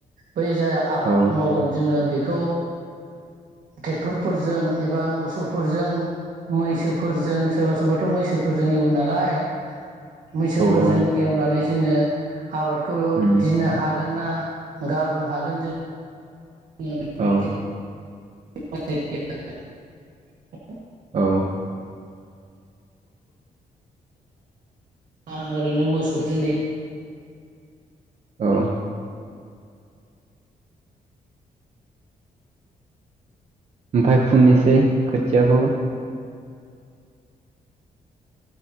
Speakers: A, on the right (about 60°); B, on the right (about 45°).
A: बै जाय आबाद
B: औ
A: मावगोन जोङो बेखौ टेक्टरफोरजों एबा मोसौफोरजों मैसोफोरजों सोरबा सोरबाथ' मैसोफोरजों एवो नालाय मैसोफोरजों
B: औ
A: एवनानै जोङो आबादखौ
B: उम
A: दिनो हा गोनना गाबोन हागोन जों जोंहा बेफोरबादि
B: औ
A: <unintelligible>
B: औ
A: आ ओरैनो मोसौ जों गायो
B: औ ओमफाय फुननोसै खोथियाखौ